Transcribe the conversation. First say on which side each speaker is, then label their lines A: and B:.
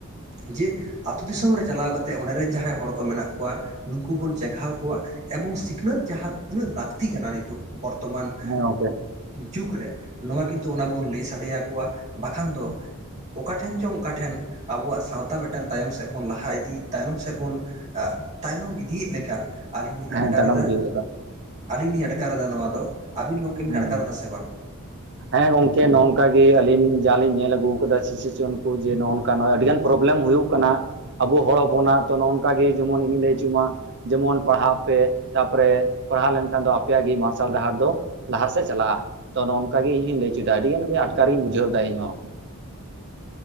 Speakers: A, on the right; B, on the right.
A: ᱡᱮ ᱟᱛᱳ ᱫᱤᱥᱚᱢ ᱨᱮ ᱪᱟᱞᱟᱣ ᱠᱟᱛᱮ ᱚᱸᱰᱮ ᱨᱮᱱ ᱡᱟᱦᱟᱸᱭ ᱦᱚᱲ ᱠᱚ ᱢᱮᱱᱟᱜ ᱠᱚᱣᱟ ᱱᱩᱠᱩ ᱵᱚᱱ ᱪᱮᱜᱷᱟᱣ ᱠᱚᱣᱟ᱾ ᱮᱵᱚᱝ ᱥᱤᱠᱷᱱᱟᱹᱛ ᱡᱟᱦᱟᱸ ᱛᱤᱱᱟᱹᱜ ᱞᱟᱹᱠᱛᱤ ᱠᱟᱱᱟ ᱱᱤᱛᱚᱜ, ᱵᱚᱨᱛᱚᱢᱟᱱ
B: ᱦᱮᱸ ᱜᱚᱝᱠᱮ
A: ᱡᱩᱜᱽ ᱨᱮ ᱱᱚᱣᱟ ᱜᱮ ᱠᱤᱱᱛᱩ ᱚᱱᱟ ᱵᱚᱱ ᱞᱟᱹᱭ ᱥᱟᱰᱮᱭᱟᱠᱚᱣᱟ᱾ ᱵᱟᱠᱷᱟᱱ ᱫᱚ ᱚᱠᱟᱴᱷᱮᱱ ᱪᱚᱝ ᱚᱠᱟ ᱴᱷᱮᱱ ᱟᱵᱚᱣᱟᱜ ᱥᱟᱶᱛᱟ ᱢᱤᱫᱴᱮᱱ ᱛᱟᱭᱚᱢ ᱥᱮᱫ ᱵᱚᱱ ᱞᱟᱦᱟ ᱤᱫᱤ, ᱛᱟᱭᱚᱢ ᱥᱮᱫ ᱵᱚᱱ ᱛᱟᱭᱱᱚᱢ ᱤᱫᱤᱭᱮᱫ ᱞᱮ ᱠᱟ ᱟᱹᱞᱤᱧ ᱞᱤᱧ ᱟᱴᱠᱟᱨ
B: ᱦᱮᱸ ᱛᱟᱭᱱᱚᱢ
A: ᱮᱫᱟ
B: ᱤᱫᱤ ᱞᱮᱠᱟ
A: ᱟᱹᱞᱤᱧ ᱞᱤᱧ ᱟᱴᱠᱟᱨ ᱮᱫᱟ ᱱᱚᱣᱟ ᱫᱚ᱾ ᱟᱵᱤᱱ ᱜᱚᱢᱠᱮ ᱵᱤᱱ
B: ᱦᱮᱸ
A: ᱟᱴᱠᱟᱨ ᱮᱫᱟ ᱥᱮ ᱵᱟᱝ?
B: ᱦᱮᱸ ᱜᱚᱝᱠᱮ ᱱᱚᱜᱼ ᱱᱚᱝᱠᱟ ᱜᱮ ᱟᱹᱞᱤᱧ ᱡᱟ ᱞᱤᱧ ᱧᱮᱞ ᱟᱹᱜᱩ ᱠᱟᱫᱟ ᱥᱤᱥᱤᱨᱡᱚᱱ ᱠᱚ ᱡᱮ ᱱᱚᱜᱼᱚ ᱱᱚᱝᱠᱟ, ᱱᱚᱜᱼᱚᱭ ᱟᱹᱰᱤᱜᱟᱱ ᱯᱨᱚᱵᱞᱮᱢ ᱦᱩᱭᱩᱜ ᱠᱟᱱᱟ ᱟᱵᱚ ᱦᱚᱲ ᱦᱚᱯᱚᱱᱟᱜ ᱛᱚ ᱱᱚᱼᱚ ᱱᱚᱝᱠᱟ ᱜᱮ ᱡᱮᱢᱚᱱ ᱤᱧᱤᱧ ᱞᱟᱹᱭ ᱦᱚᱪᱚ ᱢᱟ ᱡᱮᱢᱚᱱ ᱯᱟᱲᱦᱟᱜ ᱯᱮ, ᱛᱟᱨᱯᱚᱨᱮ ᱯᱟᱲᱦᱟᱣ ᱞᱮᱱᱠᱷᱟᱱ ᱫᱚ ᱟᱯᱮᱭᱟᱜ ᱜᱮ ᱢᱟᱨᱥᱟᱞ ᱰᱟᱦᱟᱨ ᱫᱚ᱾ ᱞᱟᱦᱟ ᱥᱮᱫ ᱪᱟᱞᱟᱜᱼᱟ᱾ ᱛᱚ ᱱᱚᱝᱠᱟ ᱜᱮ ᱤᱧ ᱞᱟᱹᱭᱪᱚᱭᱮᱫᱟ ᱟᱹᱰᱤ ᱜᱟᱱ ᱜᱮ ᱟᱴᱠᱟᱨᱤᱧ ᱵᱩᱡᱷᱟᱹᱣ ᱮᱫᱟ ᱤᱧᱦᱚᱸ